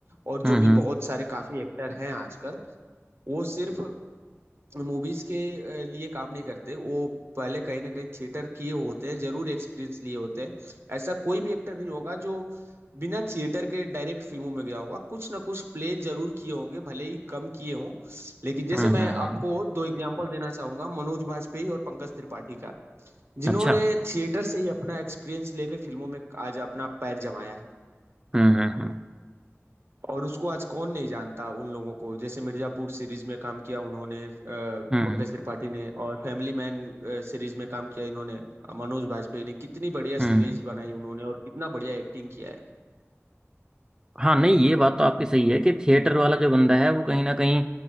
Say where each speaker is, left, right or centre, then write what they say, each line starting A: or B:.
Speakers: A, on the right; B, on the right.
A: और जो
B: हम्म
A: भी
B: हम्म
A: बहुत सारे काफी एक्टर हैं आजकल वो सिर्फ मूवीज के अ, लिए काम नहीं करते वो पहले कहीं ना कहीं थिएटर किए होते हैं जरूर एक्सपीरियंस लिए होते हैं ऐसा कोई भी एक्टर नहीं होगा जो बिना थिएटर के डायरेक्ट फिल्मों में गया होगा कुछ ना कुछ प्ले जरूर किए होंगे भले ही कम किए हों लेकिन जैसे
B: हम्म
A: मैं
B: हम्म, हम्म,
A: आपको दो एग्जांपल देना चाहूंगा मनोज बाजपेयी और पंकज त्रिपाठी का जिन्होंने
B: अच्छा
A: थिएटर से ही अपना एक्सपीरियंस लेके फिल्मों में आज अपना पैर जमाया है
B: हम्म हम्म हम्म
A: और उसको आज कौन नहीं जानता उन लोगों को जैसे मिर्जापुर सीरीज में काम किया उन्होंने अ,
B: हम्म
A: पंकज त्रिपाठी ने और फैमिली मैन सीरीज में काम किया इन्होंने अ, मनोज बाजपेयी ने कितनी बढ़िया
B: हम्म।
A: सीरीज बनाई उन्होंने और कितना बढ़िया एक्टिंग किया है
B: हाँ नहीं ये बात तो आपकी सही है कि थिएटर वाला जो बंदा है वो कहीं ना कहीं